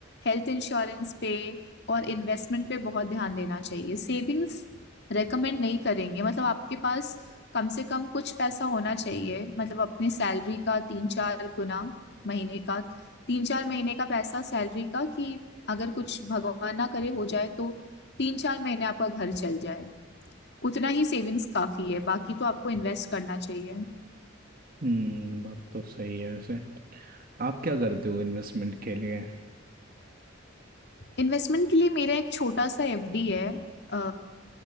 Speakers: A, on the left; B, on the right.
A: हेल्थ इंश्योरेंस पे और इन्वेस्टमेंट पे बहुत ध्यान देना चाहिए सेविंग्स रेकमेंड नहीं करेंगे मतलब आपके पास कम से कम कुछ पैसा होना चाहिए मतलब अपने सैलरी का तीन चार गुना महीने का तीन चार महीने का पैसा सैलरी का कि अगर कुछ भगवान ना करे हो जाए तो तीन चार महीने आपका घर चल जाए उतना ही सेविंग्स काफी है बाकी तो आपको इन्वेस्ट करना चाहिए
B: हम्म बात तो सही है वैसे आप क्या करते हो इन्वेस्टमेंट के लिए
A: इन्वेस्टमेंट के लिए मेरा एक छोटा सा एफडी है अ,